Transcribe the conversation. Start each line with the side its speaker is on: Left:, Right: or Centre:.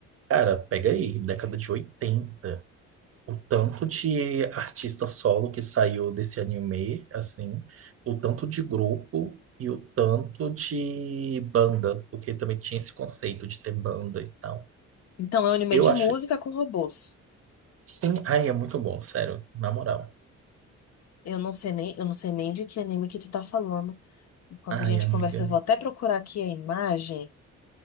Right: cara, pega aí, década de oitenta o tanto de artista solo que saiu desse anime, assim, o tanto de grupo e o tanto de banda, porque também tinha esse conceito de ter banda e tal.
Left: Então, é um anime
Right: Eu
Left: de
Right: acho,
Left: música com robôs.
Right: sim, ai, é muito bom, sério, na moral.
Left: Eu não sei nem, eu não sei nem de que anime que tu tá falando. Enquanto
Right: Ai,
Left: a gente
Right: é muito.
Left: conversa, eu vou até procurar aqui a imagem.